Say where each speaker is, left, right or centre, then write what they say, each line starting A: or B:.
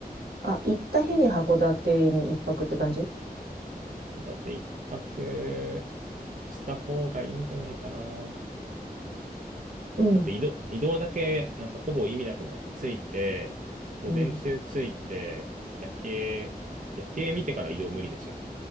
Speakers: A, on the right (about 85°); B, on the right (about 55°).
A: あ、行った日に函館に一泊って感じ
B: 函館一泊した方がいいんじゃないかな。
A: うん。
B: だって移動、移動だけ、なんかほぼ意味なくないついて、午前中ついて、
A: うん。
B: 夜景、夜景見てから移動無理でしょ。